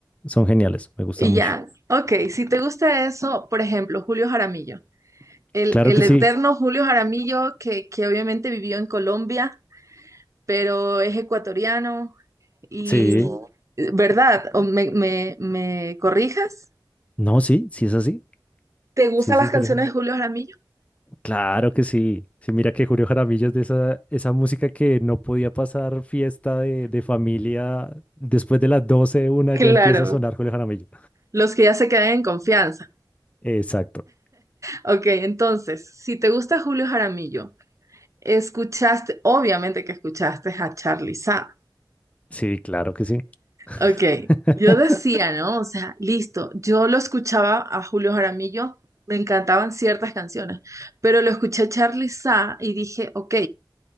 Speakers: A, on the left; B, on the right.
A: son geniales, me gustan
B: Y
A: mucho.
B: ya, ok, si te gusta eso, por ejemplo, Julio Jaramillo, el,
A: Claro
B: el
A: que sí,
B: eterno Julio Jaramillo que, que obviamente vivió en Colombia, pero es ecuatoriano y,
A: sí.
B: ¿verdad? ¿O me, me, me corrijas?
A: No, sí, sí es así.
B: ¿Te gustan
A: Sí, sí,
B: las canciones
A: Julio Jaramillo.
B: de Julio Jaramillo?
A: Claro que sí. Sí, mira que Julio Jaramillo es de esa, esa música que no podía pasar fiesta de, de familia. Después de las 12 una
B: Claro,
A: ya empieza a sonar Julio Jaramillo.
B: los que ya se quedan en confianza.
A: Exacto.
B: Ok, entonces, si te gusta Julio Jaramillo, escuchaste, obviamente que escuchaste a Charly Sa.
A: Sí, claro que sí.
B: Ok,
A: <laughs>
B: yo decía, ¿no? O sea, listo, yo lo escuchaba a Julio Jaramillo, me encantaban ciertas canciones, pero lo escuché a Charly Sa y dije, ok,